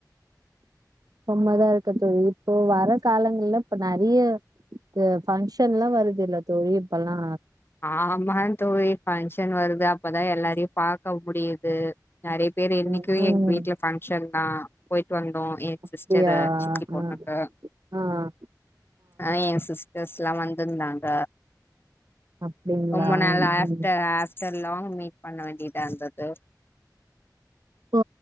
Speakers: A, on the right (about 60°); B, on the left (about 30°).
A: நம்மதா இருக்க தோழி இப்போ வர காலங்கள்ல இப்ப நெறைய து பங்க்ஷன்ல்லா வருதுதில்ல தோழி இப்பெல்லா
B: ஆமா தோழி பங்க்ஷன் வருது அப்பதா எல்லாரையு பாக்க முடியுது நெறைய பேரு இன்னைக்கு
A: ம் ம்
B: எங்க வீட்டுல பங்க்ஷன் தா போயிட்டு வந்தோ என் சிஸ்டரு
A: அப்டியா
B: சித்தி பொண்ணுக்கு
A: ஆ ஆ அ
B: ஆ என் சிஸ்டர்ஸ்ல்லா வந்திருந்தாங்க
A: அப்டிங்களா
B: ரொம்ப நாள் ஆஃப்டர்
A: ம்
B: ஆஃப்டர் லாங் மீட் பண்ண வேண்டியதா இருந்தது
A: தோ